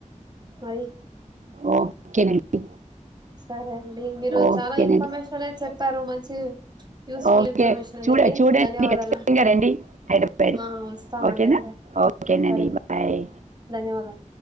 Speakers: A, on the right (about 35°); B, on the right (about 70°).
A: మరి
B: ఓకేనండి
A: సరే అండి మీరు
B: ఓకేనండి
A: చానా ఇన్ఫర్మేషనే చెప్పారు మంచి యూస్ఫుల్
B: ఓకే
A: ఇన్ఫర్మేషన్
B: చూడ
A: అనేది
B: చూడండి
A: ధన్యవాదాలు
B: ఖచ్చితంగా రండి హైదరాబాద్
A: ఆ వస్తామండి
B: ఓకేనా
A: అదే
B: ఓకే నండి
A: సరే
B: బాయ్
A: ధన్యవాదాలు